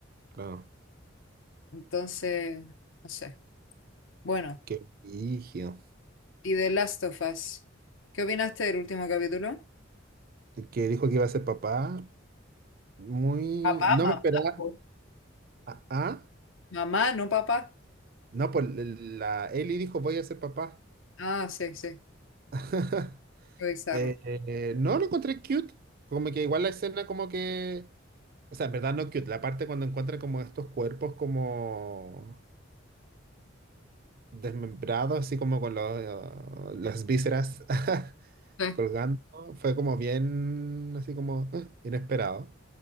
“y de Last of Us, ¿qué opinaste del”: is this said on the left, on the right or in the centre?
Left